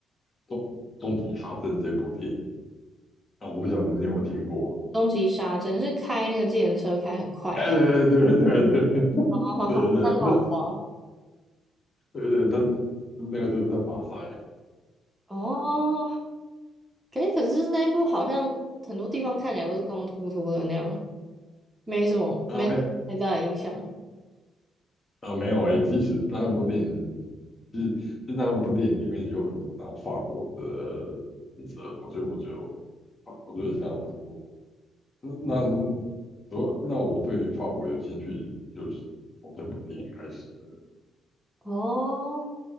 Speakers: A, on the left; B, on the right.
A: 《终终极杀阵》这部电影，那我不晓得你有没有听过。
B: 终极杀阵是开那个自程车开很快那。
A: 哎，<laughs> 对对对对对
B: 哦，
A: 对对对
B: 那那我知道。
A: 对，对，他那个就是在马赛
B: 哦，可是可是那一部好像很多地方看起来都是光秃秃的那样，没什么没太大的印象。
A: 啊，没啊没有诶。其实他那部电影，其实就那部电影里面有很多那种法国的景色，我觉得我觉得我觉得相当不错。那那我那我对法国有兴趣，就是从这部电影开始的。
B: 哦，